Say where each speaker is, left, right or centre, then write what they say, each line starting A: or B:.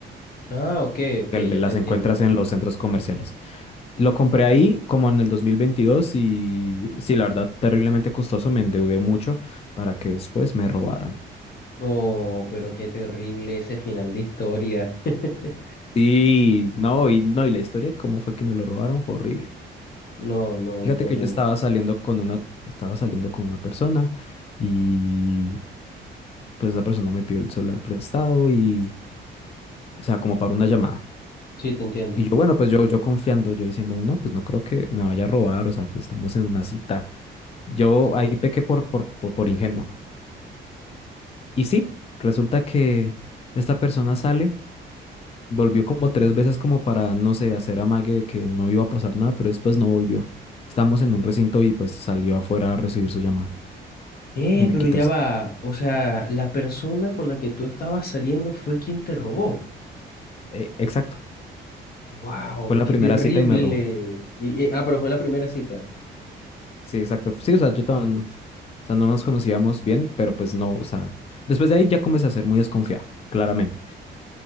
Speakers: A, on the left; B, on the left.
A: Ah, ok, ok,
B: que le-
A: ya
B: las
A: te entiendo.
B: encuentras en los centros comerciales. Lo compré ahí como en el 2022 y sí, la verdad, terriblemente costoso, me endeudé mucho para que después me robaran.
A: No, pero qué terrible ese final de historia. <laughs>
B: Y no, y no, y la historia, cómo fue que me lo robaron, fue horrible.
A: No, no,
B: Fíjate
A: y como...
B: que yo estaba saliendo con una, estaba saliendo con una persona y pues esa persona me pidió el celular prestado y, o sea, como para una llamada.
A: Sí, te entiendo.
B: Y yo, bueno, pues yo, yo confiando, yo diciendo, no, pues no creo que me vaya a robar, o sea, pues estamos en una cita. Yo ahí pequé por, por, por, por ingenuo. Y sí, resulta que esta persona sale, volvió como tres veces como para, no sé, hacer amague de que no iba a pasar nada, pero después no volvió. Estábamos en un recinto y pues salió afuera a recibir su llamada
A: Eh,
B: y me
A: pero
B: quitó
A: ya
B: el cel.
A: va. O sea, la persona con la que tú estabas saliendo fue quien te robó.
B: Eh, exacto,
A: Wow,
B: fue la
A: qué
B: primera
A: terrible.
B: cita y me robó.
A: Y, y- ah, pero fue en la primera cita.
B: Sí, exacto. Sí, o sea, yo estaba, o sea, no nos conocíamos bien, pero pues no, o sea, después de ahí ya comencé a ser muy desconfiado, claramente.